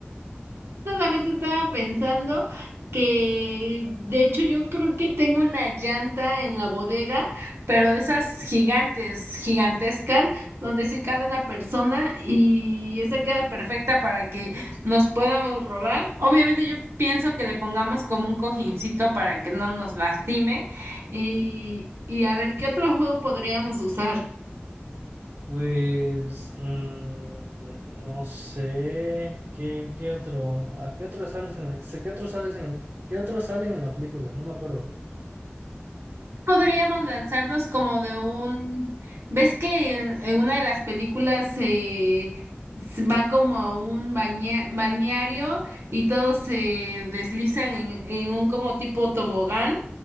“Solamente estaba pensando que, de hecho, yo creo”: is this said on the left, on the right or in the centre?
Right